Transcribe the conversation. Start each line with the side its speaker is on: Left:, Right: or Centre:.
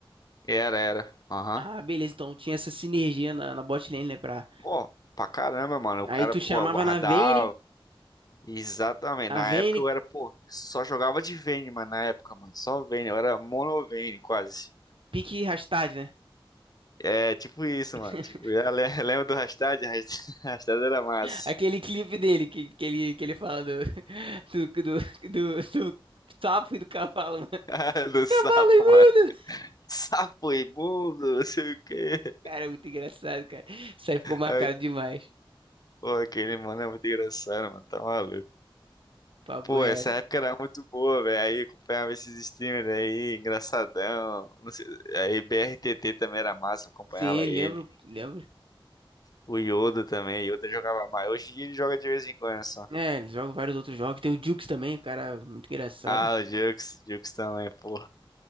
Left: Era, era. Aham.
Right: Ah, beleza, então tinha essa sinergia na, na bot lane, né, pra...
Left: Pô, pra caramba, mano. O
Right: Aí
Left: cara,
Right: tu
Left: pô,
Right: chamava
Left: aguardava.
Right: na Vayne,
Left: Exatamente.
Right: a
Left: Na
Right: Vayne,
Left: época eu era, pô, só jogava de Vayne, mano, na época, mano. Só Vayne, eu era mono Vayne, quase.
Right: pique Rastad, né?
Left: É, tipo isso,
Right: <laughs>
Left: mano. Tipo, eu le- <laughs> lembro do hashtag? Hashtag hashtag <laughs> era massa.
Right: Aquele clipe dele que, que, ele, que ele fala do, do, do, do, do sapo e do cavalo, mano.
Left: <laughs> Do sapo,
Right: Cavalo imundo!
Left: mano. Sapo imundo, não sei o quê.
Right: Cara, é muito engraçado, cara. Isso aí ficou marcado
Left: Ai,
Right: demais.
Left: pô, aquele, mano, é muito engraçado, mano. Tá maluco.
Right: Papo
Left: Pô,
Right: reto.
Left: essa época era muito boa, velho. Aí acompanhava esses streamers aí, engraçadão. Não sei, aí BRTT também era massa, eu acompanhava
Right: Sim,
Left: ele.
Right: lembro, lembro.
Left: O Yoda também, Yoda jogava mais. Hoje em dia ele joga de vez em quando só.
Right: É, ele joga vários outros jogos. Tem o Jukes também, o cara muito engraçado.
Left: Ah, o Jux, Jux também, pô.